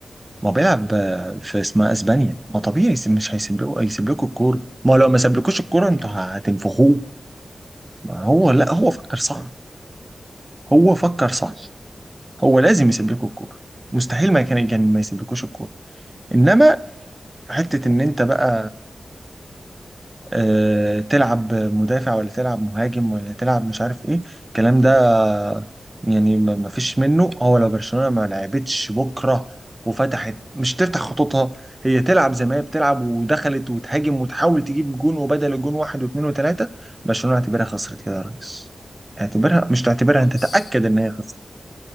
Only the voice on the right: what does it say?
ما هو بيلعب آه، في اسمها اسبانيا ما طبيعي يسيب- مش هيسيب لكم هيسيب لكم الكوره ما هو لو ما سابلكوش الكوره انتوا
هتنفخوه ما هو
لا هو فكر صح هو فكر صح هو لازم يسيب لكم الكوره مستحيل ما كان كان ما يسيبلكوش الكوره انما حته ان انت بقى آه، تلعب مدافع ولا تلعب مهاجم ولا تلعب مش عارف ايه الكلام ده يعني ما ما فيش منه هو لو برشلونة ما لعبتش بكرة وفتحت مش تفتح خطوطها هي تلعب زي ما هي بتلعب ودخلت وتهاجم وتحاول تجيب جون وبدل الجون واحد واثنين وثلاثة برشلونة اعتبرها خسرت كده يا ريس اعتبرها مش تعتبرها
انت تأكد ان هي خسرت